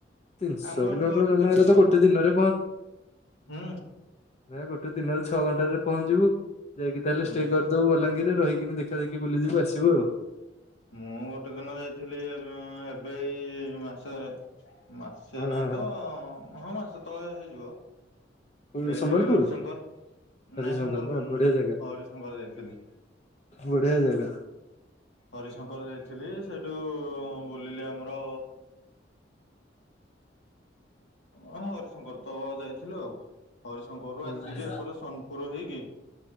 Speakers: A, on the left; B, on the left.
A: ତିନିଶହ
B: ଆମ
A: କିଲୋମିଟର
B: ଏଠୁ ହଉଛି
A: ଜମା
B: ତିନିଶହ।
A: ଏରା ତ ଗୋଟେ ଦିନରେ
B: ହୁଁ।
A: ନାଁ ଗୋଟେ ଦିନରେ ଛଅ ଘଣ୍ଟାରେ ପହଞ୍ଚିଯିବୁ ଯାଇକି ତାହେଲେ
B: ହୁଁ
A: ଷ୍ଟେ କରିଦବୁ ବଲାଙ୍ଗୀରେ ରହିକି କିମେ ଦେଖା ଦେଖି ବୁଲିଯିବ ଆସିବୁ ଆଉ।
B: ମୁଁ ଗୋଟେ ଦିନ ଯାଇଥିଲି ଏବେ ଏବେଇ ମାସେ ମାସେ
A: ହଁ ହଁ
B: ନାହିଁ
A: ହଁ।
B: ତ, ହଁ ମାସେ ତଳେ ହେଇଯିବ।
A: କୋଉ
B: ଯାଇଥିଲି
A: ସମ୍ବଲପୁର
B: ହରିଶଙ୍କର
A: ହରିଶଙ୍କର
B: ନାଇଁ ସମ୍ବଲପୁର
A: ହଁ ବଢିଆ
B: ନାଇଁ,
A: ଜାଗା
B: ହରିଶଙ୍କର ଯାଇଥିଲି।
A: ବଢିଆ ଜାଗା
B: ହରିଶଙ୍କର ଯାଇଥିଲି ସେଇଠୁ ବୁଲିଲି ଆମର ହରିଶଙ୍କର ତ ଯାଇଥିଲୁ ଆଉ ହରିଶଙ୍କରରୁ
A: ହୁଁ।
B: ଆସିକି ଏକର ସ ପୁର ହେଇକି।